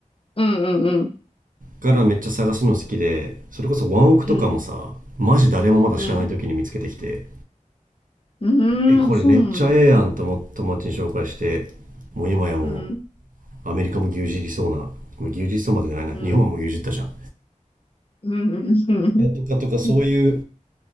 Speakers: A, on the left (about 45°); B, on the right (about 80°).
A: うん、うん、
B: からめっちゃ探すの好きでそれこそワンオクとかもさマジ誰もまだ知らない時に見つけてきて
A: うん。うん。うーん、
B: えこれめっちゃええやんと思って友達に紹介してもう今やも
A: あ、そうなんだ。うん、
B: うアメリカも牛耳りそうなまあ牛耳りそうまでじゃないな日本はもう牛耳ったじゃん
A: うん、うん、うん、うん。
B: いやとかとかそういう
A: うん